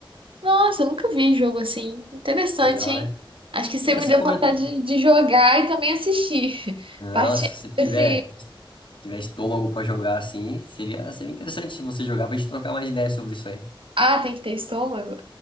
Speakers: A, on the right; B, on the left.
A: Nossa, eu nunca vi um jogo assim. Interessante,
B: Legal,
A: hein?
B: né?
A: Acho que você
B: É,
A: me
B: você
A: deu
B: comentou.
A: vontade de de jogar e também assistir. <laughs>
B: Não,
A: Partindo
B: se tiver,
A: desse.
B: se tiver estômago pra jogar assim, seria, seria interessante se você jogar pra gente trocar mais ideias sobre isso aí.
A: Ah, tem que ter estômago?